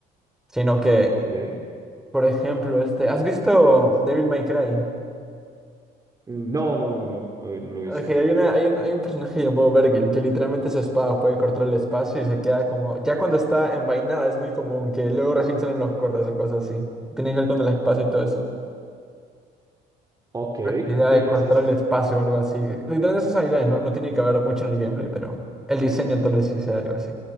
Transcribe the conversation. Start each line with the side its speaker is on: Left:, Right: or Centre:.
Centre: sino que,
Right: Ok.
Centre: por ejemplo, este, ¿has visto Devil May Cry?
Right: No, no, no, no, no, no lo he visto.
Centre: Ok, hay una, hay un, hay un personaje llamado Vergil que literalmente su espada puede cortar el espacio y se queda como, ya cuando está envainada es muy común que luego recién salen los cortes o cosas así. Tiene que ver con el espacio y todo eso.
Right: Ok,
Centre: La idea
Right: ok,
Centre: de
Right: es,
Centre: cortar
Right: es...
Centre: el espacio o algo así. Literalmente esas habilidades no, no tiene que haber mucho en el gameplay, pero el diseño tal vez sí sea algo así.